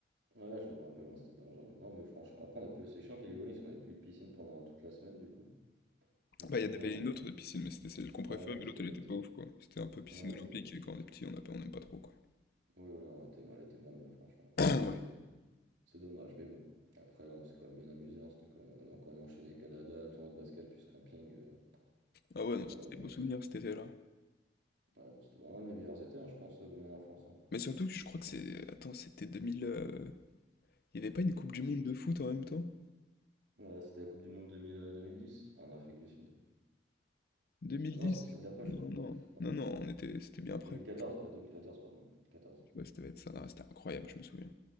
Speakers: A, on the right; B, on the left.
A: Ouais, je me rappelle, hein, c'était dangereux. Non, mais franchement, après, on a peu, c'est chiant qu'il est venu, parce qu'on avait plus de piscine pendant toute la semaine, du coup. Donc,
B: Bah,
A: un
B: il
A: peu.
B: y en avait
A: hein.
B: une autre piscine, mais c'était celle qu'on préfère,
A: Ouais, mais elle
B: mais
A: était.
B: l'autre,
A: Elle
B: elle était
A: était...
B: pas ouf, quoi. C'était un peu piscine
A: non, elle était
B: olympique,
A: moins-
B: et quand on est petit, on a, pas- on aime pas trop, quoi.
A: Oui, voilà, elle était, elle était moins bien, franchement.
B: <coughs> <clears throat>
A: Donc, c'est.
B: Ouais.
A: C'est dommage, mais bon. Après, on s'est quand même bien amusé, hein, c'était quand même- on avait quand même enchaîné Canada, tournoi de basket, puis camping. euh,
B: Ah
A: franchement,
B: ouais, non, c'était
A: on n'avait pas
B: des beaux
A: à
B: souvenirs,
A: se plaindre.
B: cet été-là.
A: Ah non, c'était vraiment un de mes meilleurs étés, hein, je pense, euh, de mon enfance. hein.
B: Mais surtout que je crois que
A: Ouais.
B: c'est... Attends, c'était 2000... euh, Il y avait pas une
A: Ouais,
B: Coupe du Monde de foot en même temps?
A: ouais, c'était la Coupe du Monde 2000, euh, 2010 en Afrique du Sud.
B: 2010?
A: Ah non, c'était celle d'après,
B: Non,
A: je suis fou.
B: non,
A: Non,
B: non, non, on était... C'était bien après.
A: 2014, ouais, 2014, pardon, 2014.
B: Ouais, ça va être ça, là, c'était incroyable, je me souviens.